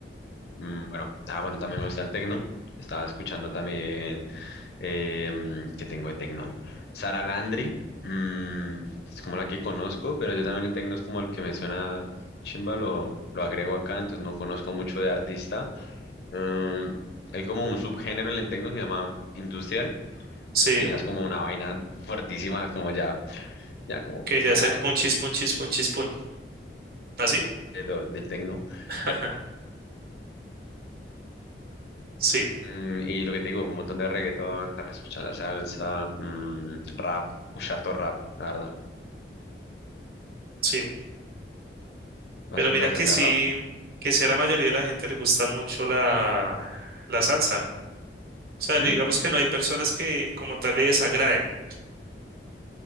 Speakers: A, on the left; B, on the right.
A: mm, bueno, ah, bueno, también me gusta el tecno. Estaba escuchando también. Eh, que tengo de tecno? Sara Landry. mm, es como la que conozco, pero yo también el tecno es como el que me suena chimba. Lo, lo agrego acá, entonces no conozco mucho de artista. Em, hay como un subgénero en el techno que se llama industrial,
B: Sí,
A: que ya es como una vaina fuertísima, como ya, ya como,
B: que ya
A: ya
B: es el punchis, punchis, punchis, pun. ¿Así?
A: de lo- del techno.
B: <laughs>
A: Pero,
B: Sí,
A: mm, y lo que te digo, un montón de reggaetón, también escuchando salsa, mm, rap, un harto rap, la verdad.
B: sí.
A: Bastante,
B: Pero mira
A: bastante
B: que sí,
A: rap.
B: que sí a la mayoría de la gente le gusta mucho la, la salsa. O sea, digamos
A: ¿Mm?
B: que no hay personas que como tal le desagraden.